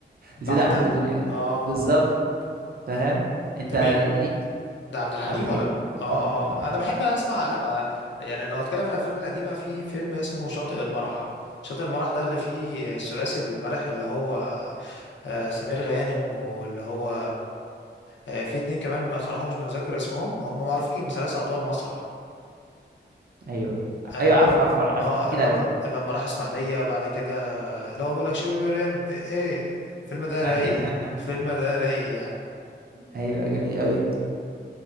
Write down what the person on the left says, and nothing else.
بحتة
اه
ده مين
ده عبد الحليم
ولا اه
اه انا بحب اسمع لا يعني لو اتكلم في الافلام القديمه في فيلم اسمه شاطئ المرح شاطئ المرح ده اللي فيه الثلاثي المرح اللي هو آه، سمير غانم واللي هو آه، في اتنين كمان ما صراحه مش متذكر اسمهم هم معروفين ثلاث اضواء المسرح
اه
ب-
آه،
اللي
هم لما راح اسماعيليه بعد كده لو بقول لك شيبي وريم ايه إيه، الفيلم ده
رايق الفيلم ده رايق يعني